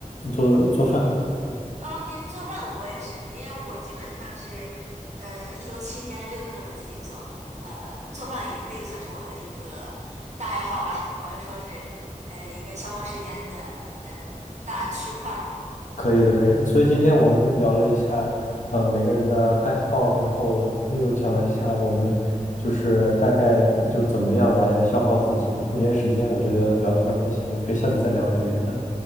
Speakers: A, on the left; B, on the right.
A: 做做饭。
B: 嗯，OK，做饭我也是，因为我基本上是，呃，一周七天，六天都是自己做，呃，做饭也可以算是我的一个大爱好吧，或者说是，呃，一个消磨时间的，呃，大区块儿。
A: 可以的，可以的。所以今天我们聊了一下，呃，每个人的爱好，然后又讲了一下我们就是大概就是怎么样来消耗自己的空闲时间。我觉得聊得非常开心，
B: 嗯
A: 我们可以下次再聊点别的。